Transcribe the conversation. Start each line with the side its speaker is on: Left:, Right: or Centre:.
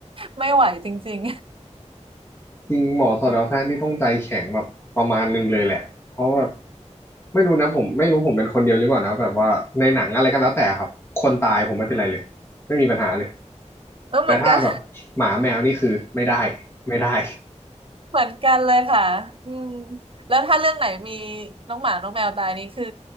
Right: ไม่ไหวจริง
Left: จริงหมอสัตวแพทย์นี่ต้องใจแข็งแบบประมาณนึงเลยแหละเพราะว่า
Right: ๆ
Left: ไม่รู้นะผมไม่รู้ผมเป็นคนเดียวหรือเปล่านะแบบว่าในหนังอะไรก็แล้วแต่ครับคนตายผมไม่เป็นไรเลยไม่มีปัญหาเลย
Right: <laughs> เออเหมือนกัน
Left: แต่ถ้าแบบหมาแมวนี่คือไม่ได้ไม่ได้
Right: เหมือนกันเลยค่ะอืมแล้วถ้าเรื่องไหนมีน้องหมาน้องแมวตายนี่คือ